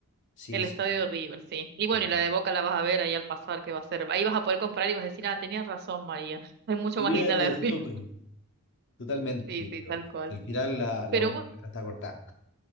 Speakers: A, on the left; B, on the right.
A: Sí,
B: El
A: sí,
B: estadio de River, sí. Y bueno,
A: sí.
B: y la de Boca la vas a ver ahí al pasar, que va a ser. Ahí vas a poder comprar y vas a decir, ah, tenías razón, María. <laughs> Es mucho
A: Idea
B: más linda
A: resumen.
B: la de River. <laughs>
A: Totalmente,
B: Sí,
A: yo
B: sí,
A: creo.
B: tal cual.
A: Al final la, la
B: Pero
A: bombonera está cortada.